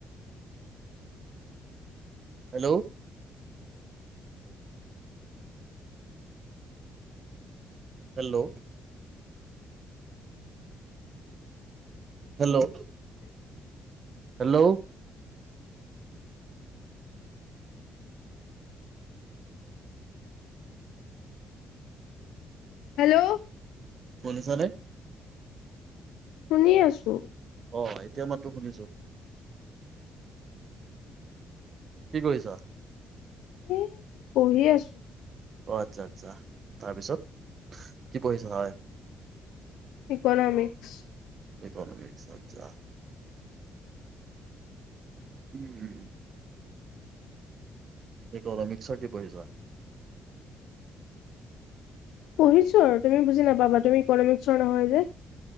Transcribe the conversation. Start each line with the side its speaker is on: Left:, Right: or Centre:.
Right: hello hello hello hello.
Left: Hello.
Right: শুনিছানে।
Left: শুনি আছো।
Right: অ এতিয়া মাততো শুনিছো। কি কৰিছা।
Left: এ পঢ়ি আছো।
Right: অ আচ্ছা আচ্ছা তাৰপিছত কি পঢ়িছা হয়।
Left: ইকনমিক্স।
Right: ইকনমিক্স আচ্ছা। উম। এই ইকনমিক্সৰ কি পঢ়িছা।
Left: পঢ়িছো আৰু তুমি বোজি নাপাবা তুমি ইকনমিক্সৰ নহয় যে।